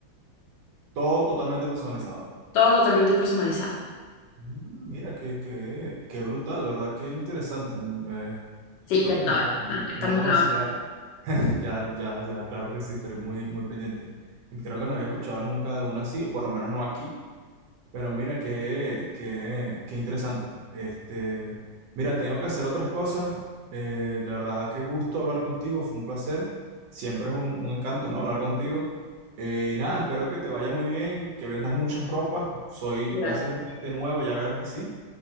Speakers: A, on the right; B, on the left.
A: Todo totalmente personalizado.
B: todo totalmente personalizado.
A: Mm, Mira, qué, qué, qué brutal, la verdad, qué interesante. Me-
B: Sí,
A: creo
B: ya
A: que
B: sabes,
A: no,
B: ah,
A: no,
B: estamos
A: no conocía.
B: a la hora.
A: Ya, ya, ya, claro que sí, estaré muy, muy pendiente. Creo que no había escuchado nunca de una así, o por lo menos no aquí. Pero mira, qué, qué, qué interesante. Este, mira, tengo que hacer otras cosas. Eh, la verdad, qué gusto hablar contigo, fue un placer. Siempre es un, un encanto, ¿no? Hablar contigo. Eh, y nada, espero que te vaya muy bien, que vendas muchas ropas. Soy,
B: <laughs>
A: voy a ser un cliente nuevo, ya verás que sí.